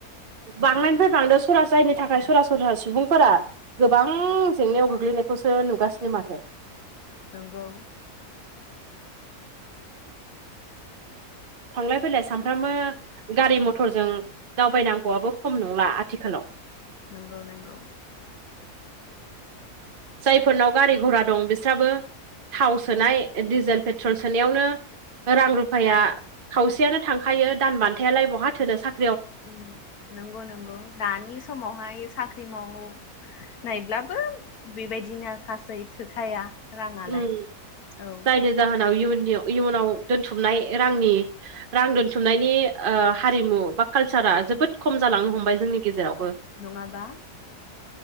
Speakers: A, on the right; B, on the left.
A: बांनायनिफ्राय बांदों सरा जायनि थाखाय सरासनस्रा सुबुंफोरा गोबां जेंनायाव गोग्लैनायखौसो नुगासिनो माथो।
B: नंगौ
A: थांलाय फैलाय सानफ्रामबो गारि मथरजों दावबायनांगौआबो खम नंला आथिखालाव।
B: नंगौ नंगौ
A: जायफोरनाव गारि घरा दं बिस्राबो थाव सोनाय डिजेल पेट्रल सोनायावनो रां रुफ फाया
B: दा
A: खावसेयानो थांखायो दान बान्थायालाय बहा थोनो साख
B: ओम नंगौ नंगौ दानि समावहाय साख्रि मावो नायब्लाबो बेबायदिनो खासै थोखाया। राङालाय
A: ओम
B: औ
A: जायनि जाहोनाव इयुनि इयुनाव दोनथुमनाय रांनि रां दोनथुमनायनि ओ हारिमु बा कालसारा जोबोद खम जालांनो हमबाय जोंनि गेजेरावबो।
B: नङाबा